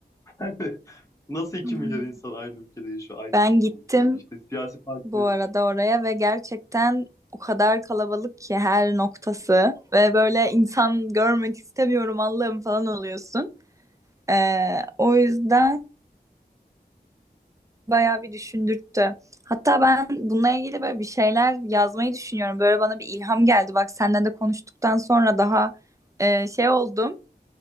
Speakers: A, on the left; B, on the right.
A: yani? <laughs> Nasıl iki
B: Hmm.
A: milyar insan aynı ülkede yaşıyor, aynı
B: Ben
A: dili konuşuyor?
B: gittim.
A: İşte siyasi partileri
B: bu arada oraya ve gerçekten o kadar kalabalık ki her noktası ve böyle insan görmek istemiyorum Allah'ım falan oluyorsun. Ee, o yüzden bayağı bir düşündürttü. Hatta ben bununla ilgili böyle bir şeyler yazmayı düşünüyorum. Böyle bana bir ilham geldi. Bak senden de konuştuktan sonra daha e, şey oldum.